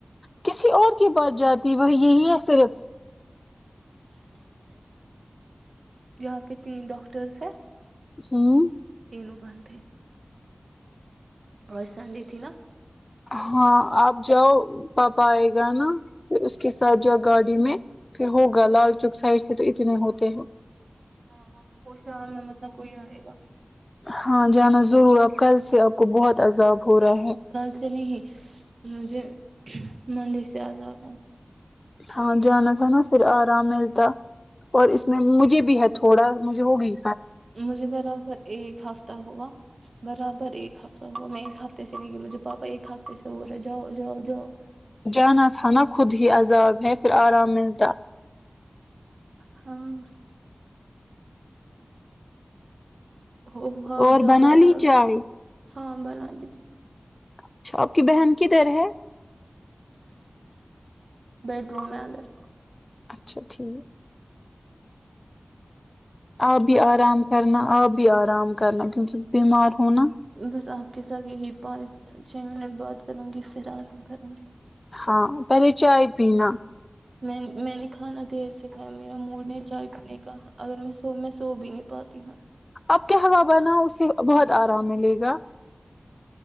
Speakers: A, on the left; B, on the right.
A: کسی اور کی بات جاتی وہ یہی ہے صرف
B: یہاں پہ تین ڈاکٹرس ہیں
A: ہوں
B: تینوں بند ہے اور سنڈے تھی نا
A: ہاں آپ جاؤ پاپا آئے گا نا پھر اس کے ساتھ
B: ہاں
A: جا گاڑی میں پھر ہوگا
B: ہاں
A: لال چوک سائڈ سے تو اتنے ہوتے ہیں
B: ہاں وہ شام میں مطلب کوئی آئے گا
A: ہاں جانا ضرور کل سے آپ کو بہت عذاب ہو رہا ہے
B: کل سے نہیں مجھے مندی سے آزاد ہے
A: ہاں جانا تھا نا پھر آرام ملتا اور اس میں مجھے بھی ہے تھوڑا مجھے ہوگئی
B: مجھے برابر ایک ہفتہ ہوا برابر ایک ہفتہ تو میں ایک ہفتے سے نہیںک مجھے پاپا ایک ہفتے سے ہو رہے جاؤ جاؤ جاؤ
A: جانا تھانا خود ہی عذاب ہے پھر آرام ملتا
B: ہاں ہو ہاں
A: اور
B: زیادہ
A: بنا لی
B: چائی ہو
A: چائے
B: گیا ہاں بنا لی
A: اچھا آپ کی بہن کدھر ہے
B: بیڈروم میں اندر
A: اچھا ٹھیک ہے ابھی
B: ہاں
A: آرام کرنا آپ بھی آرام کرنا کیونکہ بیمار ہونا
B: بس آپ کے ساتھ یہی پانچ چھ منٹ بات کروں گی پھر آرام کروں گی
A: ہاں پہلے چائے پینا
B: میں میں نے کھانا دیر سے کھیا میرا مڈ نہیں چائے پینے کا اگر میں سو میں سو بھی نہیں پاتی ہوں
A: آپ کیا ہوا بناا اسے بہت آرام ملے گا